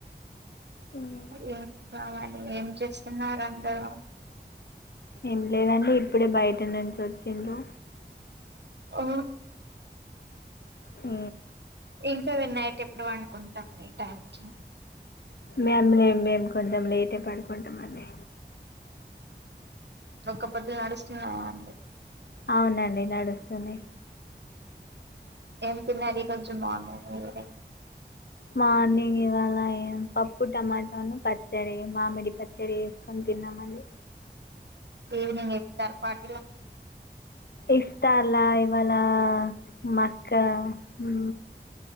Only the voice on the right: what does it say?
మీరేం కావాలి ఏం చేస్తున్నారు అందరూ
ఓ
ఇంట్ల వీర్ నైట్ ఎప్పుడు వండుకుంటర్ ఈ టైం కి
ఒక్క పొదులు నడుస్తున్నాయా అండి
ఏం తిన్నారు ఈ రోజు మార్నింగ్ మీరు
ఈవినింగ్ ఎతరు పాటిల